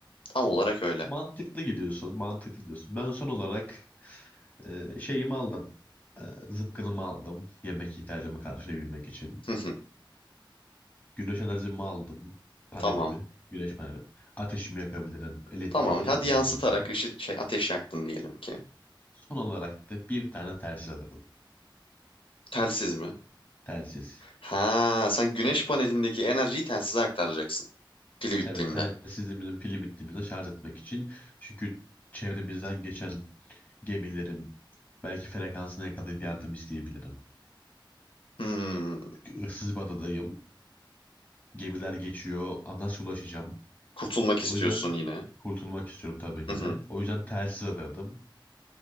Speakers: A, on the left; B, on the left.
A: Tam olarak öyle.
B: Mantıklı gidiyorsun, mantıklı gidiyorsun. Ben son olarak e, şeyimi aldım. E, zıpkınımı aldım. Yemek ihtiyacımı karşılayabilmek için.
A: Hı hı,
B: Güneş enerjimi aldım. Panelimi,
A: Tamam.
B: güneş panelim. Ateşimi yakabilirim. Elektrik
A: Tamam.
B: elde
A: Hadi yansıtarak
B: edebilirim.
A: ışı, şey ateş yaktın diyelim ki.
B: Son olarak da bir tane telsiz alırdım.
A: Telsiz mi?
B: Telsiz.
A: Ha, sen güneş panelindeki enerjiyi telsize aktaracaksın. Pili bittiğinde.
B: Evet, telsizimizin pili bittiğimizde şarj etmek için. Çünkü çevremizden geçen gemilerin belki frekansını yakalayıp yardım isteyebilirim.
A: Hmm.
B: Issız bir adadayım. Gemiler geçiyor. Nasıl ulaşacağım?
A: Kurtulmak
B: O
A: istiyorsun
B: yüzden
A: yine.
B: kurtulmak istiyorum tabii ki
A: Hı hı.
B: de. O yüzden telsiz alırdım.